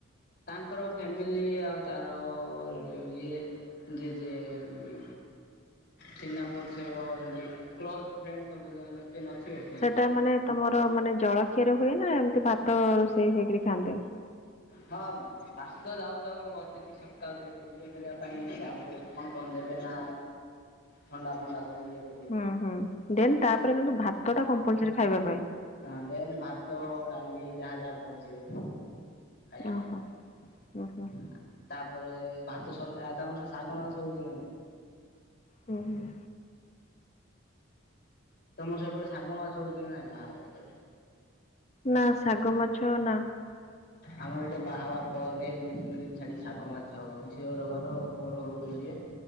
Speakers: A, on the left (about 55°); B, on the left (about 35°).
A: ତାଙ୍କର ଫ୍ୟାମିଲି ଆଉ ତାର ଇଏ ଯିଏ ଯିଏ ଚିହ୍ନା ପରିଚୟ ଏମିତି କ୍ଲୋଜ୍ ଫ୍ରେଣ୍ଡ ସବୁ ଯଉମାନେ କିଏ ନଥିବ।
B: ସେଟା ମାନେ ତମର ମାନେ ଜଳଖିଆରେ ହୁଏ ନା ଏମିତି ଭାତ ରୋଷେଇ ହେଇକରି ଖାଆନ୍ତି?
A: ହଁ। ଆସ ଯାଉ ଯାଉ ଅତିଥି ସତ୍କାର କରି-ଇଏ କରିବା ପାଇଁ ତାଙ୍କୁ କଣ କରିଦେବେ ନା ଥଣ୍ଡା ଫଣ୍ଡା ସବୁ ଇଏ କରି
B: ହୁଁ ହୁଁ ଦେନ୍ ତାପରେ କିନ୍ତୁ ଭାତ ଟା କମ୍ପଲସରି ଖାଇବା ପାଇଁ।
A: ହଁ ଦେନ୍ ଭାତ ଡାଲି ଯାହା ଯାହା କରୁଥିବେ। ଖାଇବା
B: ଓହୋ।
A: ପାଇଁ
B: ହୁଁ ହୁଁ
A: ତାପରେ ଭାତ ସଲେ ଆ-ତମର ସେ ଶାଗ ମାଛ ହଉଚି ନା ନାଇ?
B: ହୁଁ -ହୁଁ।
A: ତମର ସେପଟେ ଶାଗ ମାଛ ହଉଚି ନାଇଁ ବାହା <unintelligible>
B: ନା ଶାଗ ମାଛ ନା।
A: ଆମର ଏଠେ ବାହାଘର ପରେ ଦି ତିନି ଦିନ ଛାଡି ଶାଗ ମାଛ ହବ ଝିଅର ଘର ପୁଅହର ଘରକୁ ଯିବେ।